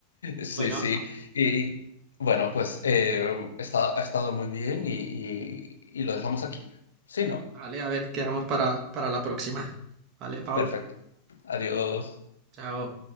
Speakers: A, on the left; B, on the right.
A: Sí,
B: Bueno,
A: sí. Y bueno, pues eh, está, ha estado muy bien y, y y lo dejamos aquí. Sí, ¿no?
B: vale, a ver, quedamos para, para la próxima. Vale, Pablo,
A: Perfecto. Adiós.
B: chao.